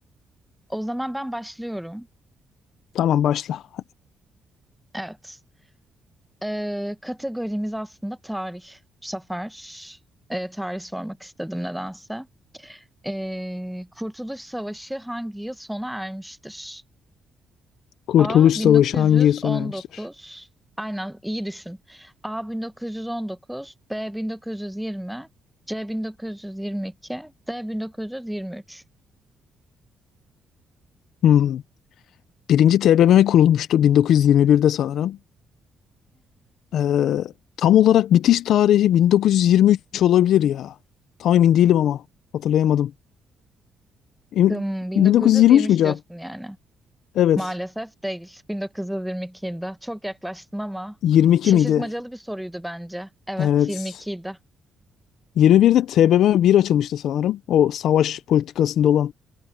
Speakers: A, in the centre; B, on the left (about 75°).
A: O zaman ben başlıyorum.
B: Tamam başla.
A: Evet. E, kategorimiz aslında tarih. Bu sefer e, tarih sormak istedim nedense. E, Kurtuluş Savaşı hangi yıl sona ermiştir?
B: Kurtuluş
A: A
B: Savaşı
A: 1919.
B: hangi yıl sona ermiştir?
A: Aynen iyi düşün. A 1919, B 1920, C 1922, D 1923.
B: Hmm. Birinci TBMM kurulmuştu 1921'de sanırım. Ee, tam olarak bitiş tarihi 1923 olabilir ya. Tam emin değilim ama hatırlayamadım. Em-
A: Hım 1923
B: 1923 mi cevap?
A: diyorsun yani.
B: Evet.
A: Maalesef değil. 1922'de. Çok yaklaştın ama
B: 22
A: şaşırtmacalı
B: miydi?
A: bir soruydu bence. Evet
B: Evet.
A: 22'ydi.
B: 21'de TBMM bir açılmıştı sanırım. O savaş politikasında olan